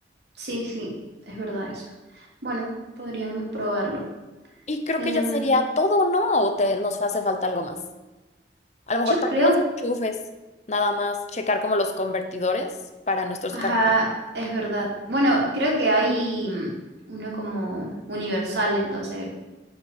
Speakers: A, on the right; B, on the left.
A: sí, sí, es verdad eso. Bueno, podríamos probarlo.
B: Y creo
A: Em,
B: que ya sería todo, ¿no? ¿O te, nos hace falta algo más? A lo mejor
A: yo
B: también
A: creo,
B: los enchufes, nada más checar como los convertidores para nuestros
A: ajá,
B: carros.
A: es verdad. Bueno, creo que hay mm, uno como universal, entonces